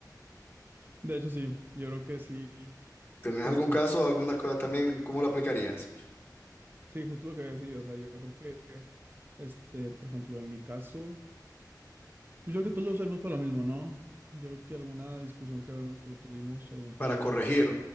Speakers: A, on the right (about 30°); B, on the left (about 30°).
A: De hecho, sí, yo creo que sí,
B: ¿Tenés
A: este,
B: algún caso o alguna cosa también? ¿Cómo lo aplicarías?
A: sí, justo lo que había decidido, o sea, yo creo que, este, por ejemplo, en mi caso, pues yo creo que todos lo usamos para lo mismo, ¿no? Yo creo que alguna discusión que, habemos- que tuvimos, algún
B: Para
A: problema,
B: corregir,